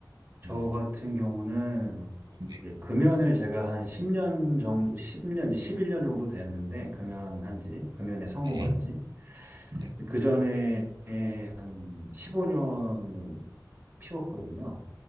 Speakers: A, on the right (about 25°); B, on the right (about 70°).
A: 저
B: 음,
A: 같은 경우는
B: 네.
A: 이제 금연을 제가 한 10년 정도, 10년, 이제 11년 정도 됐는데, 금연한 지, 금연에 성공한
B: 네.
A: 지.
B: 네.
A: 그 전에 한 15년을 피웠거든요.